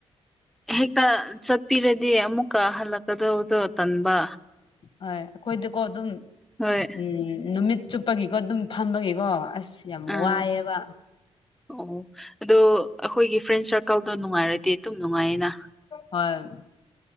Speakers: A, in the centre; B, on the left.
A: ꯍꯦꯛꯇ ꯆꯠꯄꯤꯔꯗꯤ ꯑꯃꯨꯛꯀ ꯍꯜꯂꯛꯀꯗꯕꯗꯣ ꯇꯟꯕ
B: ꯍꯣꯏ ꯑꯩꯈꯣꯏꯗꯀꯣ ꯑꯗꯨꯝ
A: ꯍꯣꯏ
B: ꯎꯝ ꯅꯨꯃꯤꯠ ꯆꯨꯞꯄꯒꯤꯀꯣ ꯑꯗꯨꯝ ꯐꯝꯕꯒꯤꯀꯣ ꯑꯁ ꯌꯥꯝ
A: ꯑꯥ
B: ꯋꯥꯏꯑꯦꯕ
A: ꯑꯣ ꯑꯗꯣ ꯑꯩꯈꯣꯏꯒꯤ ꯐ꯭ꯔꯦꯟ ꯁꯔꯀꯜꯗꯣ ꯅꯨꯡꯉꯥꯏꯔꯗꯤ ꯑꯗꯨꯝ ꯅꯨꯡꯉꯥꯏꯌꯦꯅ
B: ꯍꯣꯏ